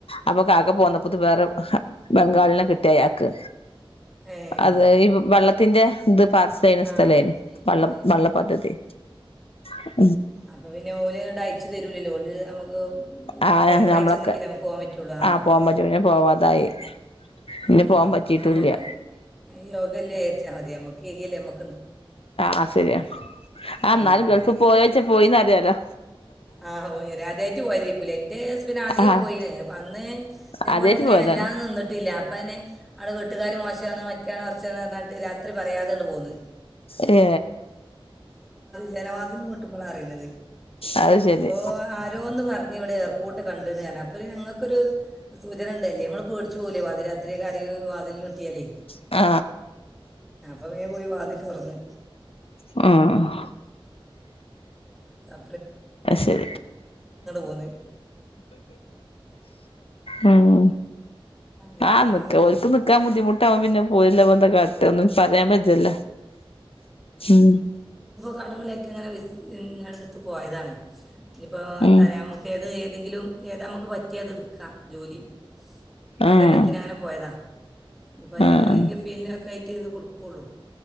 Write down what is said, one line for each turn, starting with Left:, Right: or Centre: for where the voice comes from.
Left: അപ്പൊ കാക്ക പോന്നപ്പോത്ത് വേറെ ഹ്ഹെ ബംഗാളിനെ കിട്ടി അയാക്ക്
Centre: ഏഹ്
Left: അതെ ഇ വെള്ള ത്തിന്റെ ത് പാർസൽ ചെയ്യ്ണ
Centre: ആഹ്
Left: സ്ഥലെയിനി വള്ളം
Centre: ആഹ്
Left: വള്ള പദ്ധതി <unintelligible>
Centre: അപ്പൊ പിന്നെ ഓൽ ഇങ്ങട്ട് അയച്ച് തരൂലല്ലോ ഓൽ നമ്മക്ക്
Left: ആ
Centre: പേപ്പർ
Left: നമ്മളൊക്കെ
Centre: അയച്ചെന്നെങ്കിലെ നമ്മക്ക് പോവാൻ പറ്റൊള്ളു ആ
Left: ആഹ് പോവാൻ പറ്റും പിന്നെ പോവാതായി പിന്നെ
Centre: ങേ
Left: പോവാൻ പറ്റിട്ടുംല്ല
Centre: നമ്മക്ക് യോഗ ഇല്ല വിചാരിച്ചാ മതി നമ്മ ക്കെ ഏഗിയല്ലേ നമ്മ
Left: ആ ശരിയാണ് ആ ഇന്നാലും
Centre: ആഹ്
Left: ഗൾഫ് പോയോച്ചാ പോയിന്ന് പറയാലോ
Centre: ആ പോയി വെരാ ആദ്യായിട്ട് പോയതായിരിക്കുംലെ എന്റെ ഹസ്ബന്റ് ആദ്യേ
Left: ആഹ്
Centre: പോയിന് അപ്പം അന്ന് ഇതേപോലെന്നെ
Left: ആദ്യായിട്ട് പോയതാണ്
Centre: വല്ലാ ഒന്നും നിന്നിട്ടില്ല അപ്പന്നെ അവിടെ വീട്ടുകാർ മോശമാണ് മറ്റാണോ മറച്ചാണ് പറ്നാട്ട് രാത്രി പറയാതെണ്ട് പോന്ന്
Left: ഏ
Centre: ജനവാതിന്ന് പൊട്ടുമ്പോളാണ് അറിയുന്നത്
Left: അത് ശരി
Centre: അപ്പോ ആരോ ഒന്ന് പറഞ്ഞ് ഇവിടെ ഇർ പൂട്ട് കണ്ട്ണ് പറഞ്ഞ് അപ്പൊരു ഞങ്ങൾക്കൊരു സൂചന ഉണ്ടല്ലേ നമ്മൾ പേടിച്ച് പോകില്ലേ പാതി രാത്രി ആരെങ്കിലും വാതിലിൽ കൊട്ടിയാലേ
Left: ആ
Centre: വേംപോയി വാതിൽ തുറന്ന്
Left: മ് മ
Centre: അ
Left: അ ശരി
Centre: പോന്ന്
Left: ഉം
Centre: നിൽക്കാനാവൂലേ
Left: ആ നിക്കന്നോർക്ക് നിക്കാൻ ബുദ്ധിമുട്ടാവുമ്പോ പിന്നെ പോയില്ലപെന്താ കാട്ടാ ഒന്നും പറയാൻ പറ്റൂല ഉ
Centre: കടമ <unintelligible> <unintelligible> ങ്ങനെ ഞങ്ങളെടുത്ത് പോയതാണ് ഇനിയിപ്പോൾ
Left: ഉം
Centre: തരാൻമുക്കേത് എന്തെങ്കിലും ഏതാ നമുക്ക് പറ്റിയതെടുക്കാം ജോലി രണ്ട്
Left: ആഹ്
Centre: കൊല്ലത്തിനങ്ങനെ പോയതാ ഇനിയപ്പയില്
Left: ആഹ്
Centre: ഫീൽ ചെയ്ത് കൊടുക്കൂള്ളൂ